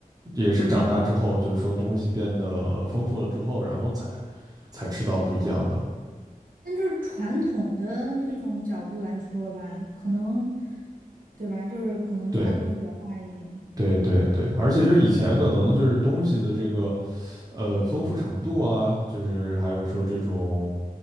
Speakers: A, on the right; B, on the right.
A: 也是长大之后，
B: 嗯，
A: 就是说东西变得丰富了之后，然后才才吃到不一样的。
B: 但就是传统的那种角度来说吧，可能对吧，就是可能差距会比较大一点，
A: 对，对，对，对，而且就是以前可能就是东西的这个呃丰富程度啊，就是还有说这种